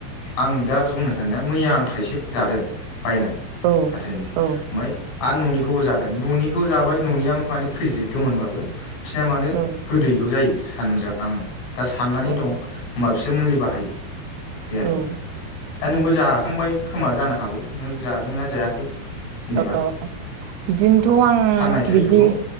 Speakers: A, on the left; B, on the right.
A: आं दा बुंनो साननाया मैया आं थाइसे जादों बायनाय
B: औ
A: हाथाइनि ओमफ्राय आरो न'निखौबो जादों न'निखौ जाबाय न'निया माने खैज्रिद गोमोनबाबो सिना मानो
B: औ
A: दैल' जायो सानदों आं दा साननानै
B: औ
A: दं हमबा बिसो एसे मुलि बाहायो बे आरोना
B: औ
A: दा नोंबो जाखांबाय खोमा जानो हागौ नों जादोंना जायाखै जेनेबा
B: औ बिदिनोथ' आं
A: फाननाय थाइजौखौ
B: बिदि